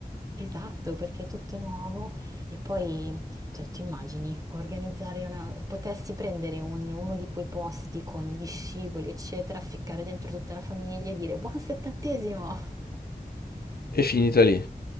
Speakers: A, on the right; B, on the left.
A: Esatto, perché è tutto è nuovo e poi, cioè, ti immagini organizzare una... potessi prendere un- uno di quei posti con gli scivoli, eccetera, ficcare dentro tutta la famiglia e dire buon settantesimo!
B: È finita lì.